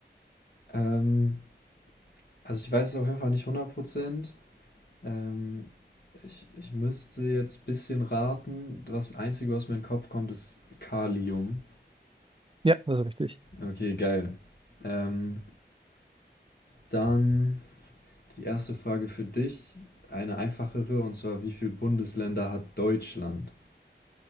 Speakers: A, on the left; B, on the right.
A: Ähm, also ich weiß es auf jeden Fall nicht 100%. Ähm, ich, ich müsste jetzt ein bisschen raten. Das Einzige, was mir in den Kopf kommt, ist Kalium.
B: Ja, das ist richtig.
A: Okay, geil. Ähm, dann die erste Frage für dich, eine einfachere, und zwar, wie viele Bundesländer hat Deutschland?